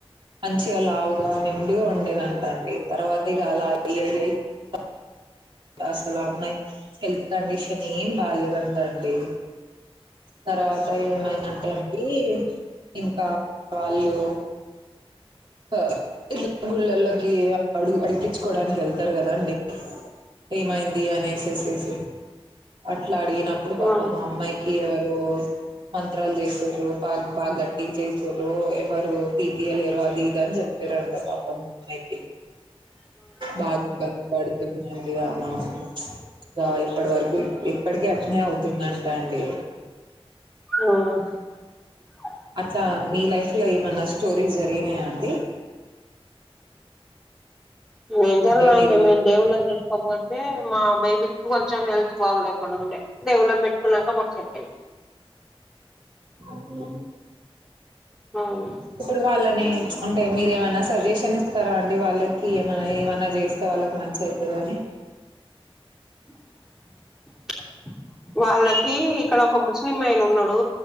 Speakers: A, on the right (about 55°); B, in the centre.
A: మంచిగా లావుగా నిండుగా ఉండేదంట అండి. తర్వాత ఇగ అలా అయి. అయ అయి అయి పా అసలు అమ్మాయి హెల్త్ కండిషన్ ఏం బాలేదంట అండి. తర్వాత ఏమైందంటే అండి. ఇంకా వాళ్లు కా ఇళ్ గుళ్లల్లకి అడుగు అడుగుపించుకోవడానికి వెళ్తారు కదా అండి. ఏం మైందీ అనేసేసిసి? ఆట <unintelligible> అట్ల అడిగినప్పుడు పాపం
B: ఉమ్ ఉమ్ ఉమ్
A: ఆ అమ్మాయికి ఎవరు. డైవోర్స్ మంత్రాలు చేసిరు పాగ. బాగా గట్టింగ్ చేసిరు, ఎవరు తీపియలేరు అది ఇద అన్ని చెయ్పిరంట పాపం ఆ అమ్మాయికి. బాగా ఇబంది పడుతది అంట. ఇందిగా మనం, రా ఇప్పడ్ వరకు. ఇప్పడికి అటనే అవు. ఉంటుందంట అండి.
B: ఆ
A: అట్లా మీ లైఫ్ లో ఏమన్నా స్టోరీస్ జరిగినాయా అండి?
B: మేం జరగలేదు
A: అంటే మీరు
B: అండీ మేము దేవుళ్లని చెసుకోబొతె. అంటే మా బేబీకి కొంచెం హెల్త్ బాగాలేకుం ఉండే, దేవుళ్లన పెట్టుకున్నాక మాకు సెట్ అయింది.
A: <unintelligible>
B: అవును.
A: ఇప్పుడు వాళ్లని అంటే మీరు ఏమైనా సజెషన్ ఇస్తారా అండి? వాళ్లకి ఏమైనా ఏమైనా జేస్తే వాళ్లకు మంచి అయితది అని.
B: <inaudible> వాళ్లకి ఇక్కడ ఒక ముస్లిం. మైయన్ ఉన్నాడు